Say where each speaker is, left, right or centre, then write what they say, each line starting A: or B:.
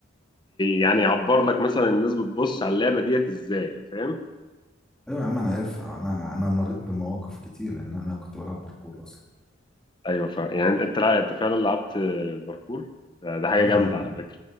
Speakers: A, on the left (about 25°); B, in the centre.
A: يعني يعبر لك مثلا الناس بتبص على اللعبه ديت ازاي فاهم
B: ايوه يا عم انا عارف انا انا مريت بمواقف كتير لان انا كنت بلعب باركور اصلا
A: ايوه فاهم يعني انت انت لا انت فعلا لعبت الباركور ده ده حاجه
B: اه
A: جامده
B: يا عم
A: على فكره